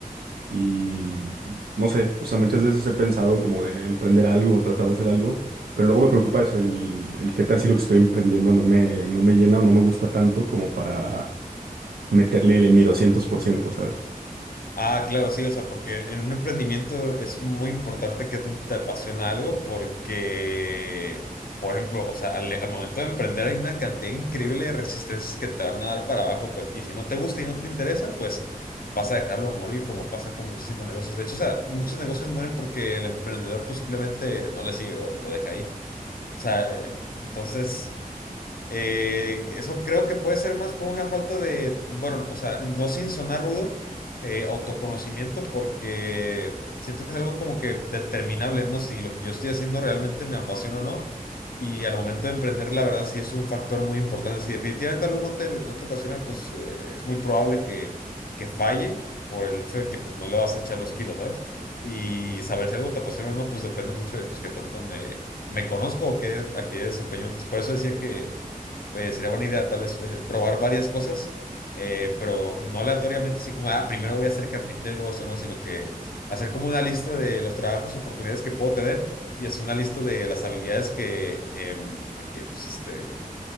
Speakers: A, on the right; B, on the left.
A: y no sé, o sea, muchas veces he pensado como de emprender algo o tratar de hacer algo, pero luego me preocupa eso, el, el qué tal si lo que estoy emprendiendo no me, no me llena o no me gusta tanto como para meterle el mi 200%, ¿sabes?
B: Ah, claro, sí, o sea, porque en un emprendimiento es muy importante que te, te apasiona algo porque, por ejemplo, o sea, al, al momento de emprender hay una cantidad increíble de resistencias que te van a dar para abajo, pero- y si no te gusta y no te interesa, pues vas a dejarlo morir, como pasa con muchísimos negocios. De hecho, o sea, muchos negocios mueren porque el emprendedor pues simplemente no le sigue o lo deja ahí. O sea, eh, entonces... Eh, eso creo que puede ser más por una falta de, bueno, o sea, no sin sonar rudo, eh, autoconocimiento, porque siento que es algo como que determinable, ¿no? Si lo que yo estoy haciendo realmente me apasiona o no. Y al momento de emprender, la verdad, sí es un factor muy importante. Si definitivamente algo no te, no te apasiona, pues eh, es muy probable que, que falle por el hecho de que pues, no le vas a echar los kilos, ¿sabes? Y saber si algo te apasiona o no, pues depende mucho de pues, qué tanto me, me conozco o qué actividad desempeño antes. Por eso decía que eh, sería buena idea tal vez eh, probar varias cosas, eh, pero no aleatoriamente así como, ah, primero voy a ser carpintero y luego eso, no, sino que hacer como una lista de los trabajos, oportunidades que puedo tener y hacer una lista de las habilidades que, em, que pues, este,